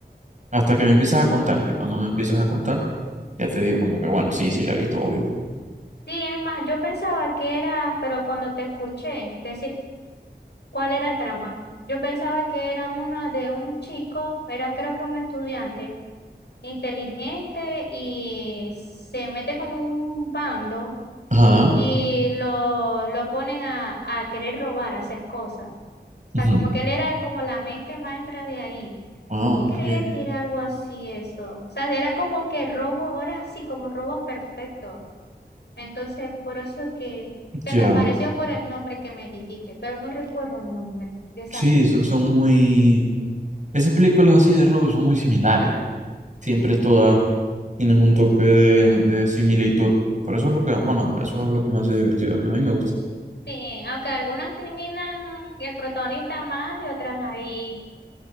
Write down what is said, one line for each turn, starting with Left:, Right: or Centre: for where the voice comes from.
Right: hasta que me empiezas a contar, ya cuando me empiezas a contar, ya te digo como que, bueno, sí, sí la he visto, obvio.
Left: Sí, es más, yo pensaba que era, pero cuando te escuché decir cuál era el trama, yo pensaba que era una de un chico, era creo que un estudiante inteligente y se mete como un bando
Right: Ajá.
Left: y lo, lo ponen a, a querer robar, a hacer cosas. O
Right: ujú.
Left: sea, como que él era como la mente maestra de ahí.
Right: Ah, ok.
Left: Y creía que era algo así eso. O sea, era como que robo, ahora sí, como robos perfectos. Entonces, por eso que se
Right: Ya.
Left: me pareció por el nombre que me dijiste, pero no recuerdo el nombre de esa
Right: Sí,
Left: película.
Right: so- son muy... Esas películas así de robo son muy similares. Siempre todas tienen un toque de, de similitud. Por eso es lo que, bueno, eso es lo que me hace divertido a mí. A mí me gusta.
Left: Sí, aunque algunas terminan el protagonista mal y otras ahí